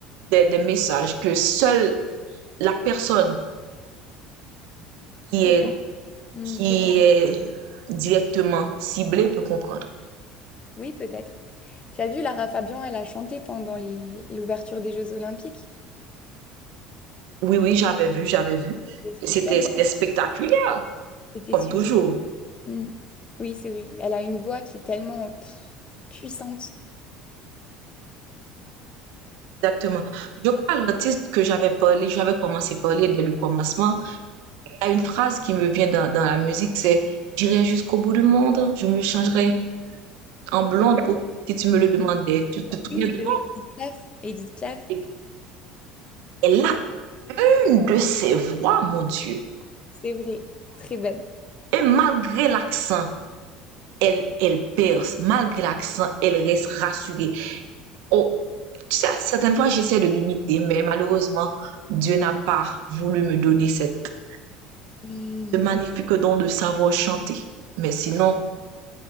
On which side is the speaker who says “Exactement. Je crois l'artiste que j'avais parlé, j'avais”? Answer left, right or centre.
Right